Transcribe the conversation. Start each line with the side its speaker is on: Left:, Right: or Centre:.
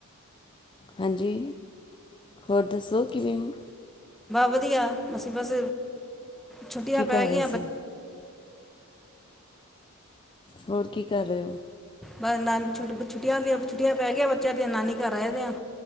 Left: ਹਾਂਜੀ ਹੋਰ ਦੱਸੋ ਕਿਵੇਂ ਉ
Centre: ਵਧੀਆ ਬਸ ਬਸ ਛੁੱਟੀਆਂ
Left: ਕੀ
Centre: ਪੈ
Left: ਕਰ
Centre: ਗਈਆਂ
Left: ਰਹੇ ਸੀ
Centre: ਬ
Left: ਹੋਰ ਕੀ ਕਰ ਰਹੇ ਉ
Centre: ਬ ਨਾਨੀਛੁੱਟ ਛੁੱਟੀਆਂ ਦੀਆਂ ਛੁੱਟ ਪੈ ਗ ਗਿਆ ਬੱਚਿਆਂ ਦੀਆਂ ਨਾਨੀ ਘਰ ਰਹਿ ਰੇ ਆ।